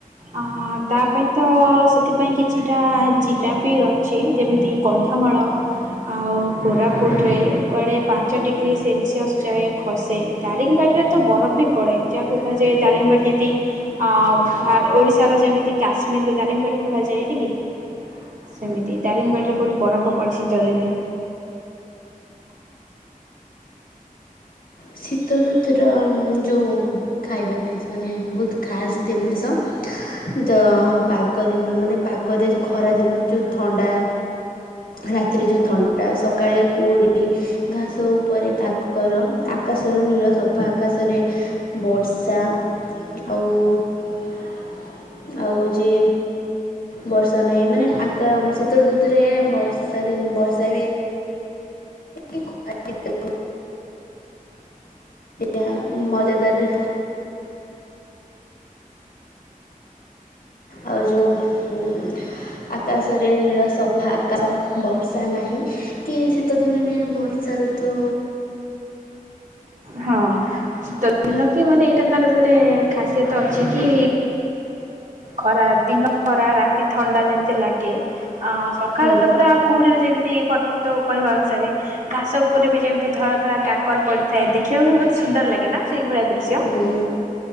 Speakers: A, on the right; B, on the left.
A: ଅଁ ତା। ତା ପାଇଁ ତ ସେଥିପାଇଁ କିଛିଟା ଜିଲ୍ଲା ବି ଅଛି ଯେମିତି କନ୍ଧମାଳ। ଆଉ କୋରାପୁଟରେ କୁଆଡ଼େ ପାଞ୍ଚ ଡିଗ୍ରୀ ସେଲସିଅସ୍ ଯାଏ ଖସେ। ଦାରିଙ୍ଗବାଡ଼ିରେ ତ ବରଫ ବି ପଡ଼େ ଯାହାକୁ କୁହାଯାଏ ଦାରିଙ୍ଗବାଡ଼ି ଯେମିତି। ଅ ଓଡିଶାର ଯେମିତି କାଶ୍ମୀରକୁ ଦାରିଙ୍ଗବାଡି କୁହାଯାଏନି କି। ସେମିତି ଦାରିଙ୍ଗବାଡ଼ିରେ ବହୁତ ବରଫ ପଡ଼ି ଶୀତ ଦିନେ।
B: ଶୀତ ଋତୁୁର ଯୋଉ। ଖାଇବା ଜିନିଷ ମାନେ ବହୁତ ଖାସ୍ ଜିନିଷ। ତ ପାଗ ଦିନ ମାନେ ପାଗରେ ଖରାଦିନ ଯୋଉ ଥଣ୍ଡା। ରାତିରେ ଯୋଉ ଥଣ୍ଡାଟା ସକାଳେ କୁହୁଡ଼ି ଘାସ ଉପରେ କାକର। ଆକାଶର ନୀଳ ସଫା ଆକାଶରେ ବର୍ଷା। ଆଉ ଆଉ ହଉଚି। ବର୍ଷା ନାହିଁ ମାନେ ଆକା ଶୀତ ଋତୁରେ ବର୍ଷା ଦିନ ବର୍ଷା ବି <unintelligible> <inaudible> ମଜାଦାର ଆଉ ଯୋଉ ହୁଁ। ଆକାଶରେ ନୀଳ ସଫା ଆକାଶ ବର୍ଷା ନାହିଁ। କି ଶୀତ ଦିନରେ ବର୍ଷା ଋତୁ।
A: ହଁ ଶୀତ ଦିନ କି ମାନେ ଏଇଟା ତାର ଗୋଟେ ଖାସି୍ୟତ ଅଛି କି। ଖରା ଦିନ ଖରା ରାତି ଥଣ୍ଡା ଯେମିତି ଲାଗେ ଅଁ ସକାଳ
B: ହୁଁ
A: ତ ପୁରା କଉହୁଡ଼ିରେ ଯେମିତି ଭରପୁର ତ କହିବା ଅନୁସାରେ। ଘାସ ଉପରେ ବି ଯେମିତି ଧଳା ଧଳା କାକର ପଡିଥାଏ ଦେଖିବାକୁ ବି ବହୁତ ସୁନ୍ଦର ଲାଗେ ନା। ସେ ସେଇଭଳିଆ ଦୃଶ୍ୟ ଅ
B: ହୁଁ